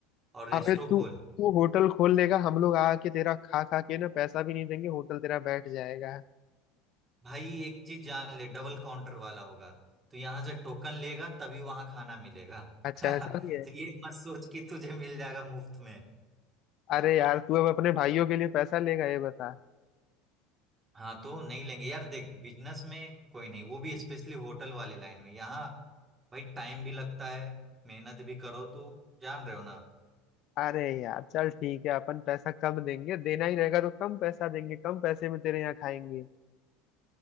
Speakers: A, on the right; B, on the left.
A: और रेस्टो
B: अबे तू
A: खोल
B: तू होटल खोल लेगा हम लोग आके तेरा खा खा के ना पैसा भी नहीं देंगे होटल तेरा बैठ जाएगा
A: भाई एक चीज जान ले डबल काउंटर वाला होगा तो यहाँ से टोकन लेगा तभी वहां खाना मिलेगा
B: अच्छा
A: <laughs> तो
B: ऐसा भी है
A: ये मत सोच कि तुझे मिल जाएगा मुफ्त में
B: अरे यार तू अब अपने भाइयों के लिए पैसा लेगा ये बता
A: हाँ तो नहीं लेंगे यार देख बिजनेस में कोई नहीं वो भी स्पेशली होटल वाले लाइन में यहाँ भाई टाइम भी लगता है मेहनत भी करो तो जान रहे हो ना
B: अरे यार चल ठीक है अपन पैसा कम देंगे देना ही रहेगा तो कम पैसा देंगे कम पैसे में तेरे यहाँ खाएंगे